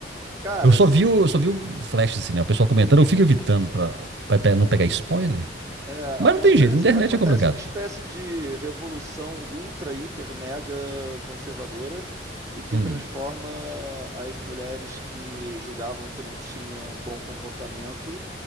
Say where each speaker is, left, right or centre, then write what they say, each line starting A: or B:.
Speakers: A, on the right (about 20°); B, on the right (about 70°).
A: Cara,
B: Eu só
A: assim,
B: vi, o- eu só vi o flash, assim, né? O pessoal comentando, eu fico evitando pra, pra pe- não pegar spoiler.
A: É,
B: Mas
A: acontece,
B: não tem jeito, internet
A: acontece
B: é complicado.
A: uma espécie de revolução ultra, hiper, mega conservadora e que
B: Hum.
A: transforma as mulheres que julgavam que não tinham bom comportamento